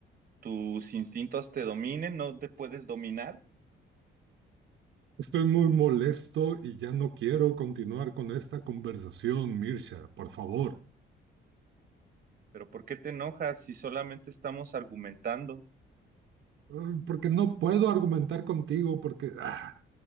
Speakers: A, on the right; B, on the right.
A: tus instintos te dominen, no te puedes dominar.
B: Estoy muy molesto y ya no quiero continuar con esta conversación, Mirsha, por favor.
A: Pero ¿por qué te enojas si solamente estamos argumentando?
B: Mm, Porque no puedo argumentar contigo porque ah,